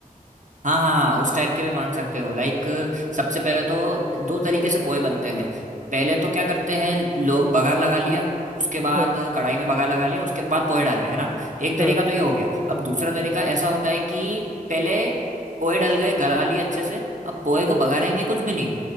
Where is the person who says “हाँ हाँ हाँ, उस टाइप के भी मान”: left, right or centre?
Right